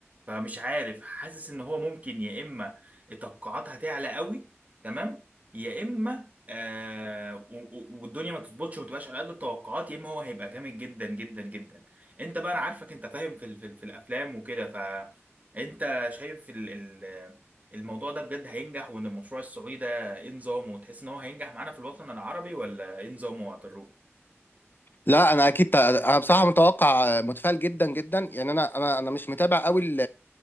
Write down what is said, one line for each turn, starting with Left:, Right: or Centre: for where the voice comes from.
Right: فمش عارف حاسس ان هو ممكن يا اما التوقعات هتعلى قوي تمام يا اما آه و- و- والدنيا ما تظبطش وما تبقاش على قد التوقعات يا اما هو هيبقى جامد جدا جدا جدا انت بقى انا عارفك انت فاهم في ال- في, ال- في الافلام وكده فانت شايف ال ال الموضوع ده بجد هينجح وان المشروع السعودي ده ايه نظامه وتحس ان هو هينجح معانا في الوطن العربي ولا ايه نظامه يا طارق؟
Left: لا انا اكيد ت- انا بصراحه متوقع متفائل جدا جدا يعني انا انا انا مش متابع قوي ال